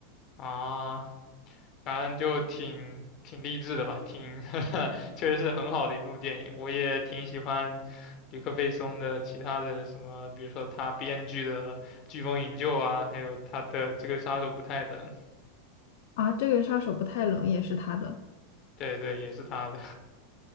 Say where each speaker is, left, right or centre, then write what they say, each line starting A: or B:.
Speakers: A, on the left; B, on the left.
A: 啊，反正就挺挺励志的吧，挺 <laughs> 确实是很好的一部电影。我也挺喜欢吕克贝松的其他的什么，比如说他编剧的《飓风营救》啊，还有他的这个《杀手不太冷》，
B: 啊，这个杀手不太冷也是他的，
A: 对对，也是他的。